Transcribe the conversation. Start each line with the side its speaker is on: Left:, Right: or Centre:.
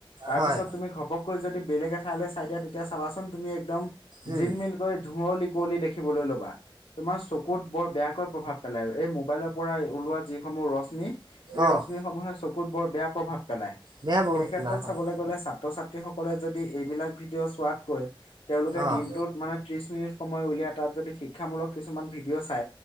Left: তাৰপিছত
Right: হয়,
Left: তুমি ঘপকৈ যদি বেলেগ এঠাইলৈ চাই দিয়া তেতিয়া চাবাচোন তুমি একদম
Right: উম,
Left: জিল মিল! ধুঁৱলি- কুঁৱলী দেখিবলৈ ল'বা তুমাৰ চকুত বৰ বেয়াকৈ প্ৰভাৱ পেলাই আৰু এই! মোবাইলৰ পৰাই ওলোৱা যিসমূহ ৰশ্মি এই
Right: অ',
Left: ৰশ্মিসমূহে চকুত বৰ বেয়া প্ৰভাৱ পেলায়।
Right: বেয়া প্ৰভাৱ
Left: সেই ক্ষেত্ৰত
Right: পেলাই হয়,
Left: চাবলৈ গলে ছাত্ৰ ছাত্ৰী সকলে যদি এইবিলাক ভিডিঅ' চোৱাতকৈ। তেওঁলোকে
Right: অ',
Left: দিনটোত মানে। ত্ৰিশ মিনিট সময় উলিয়াই ত যদি শিক্ষা মুলক কিছুমান ভিডি চ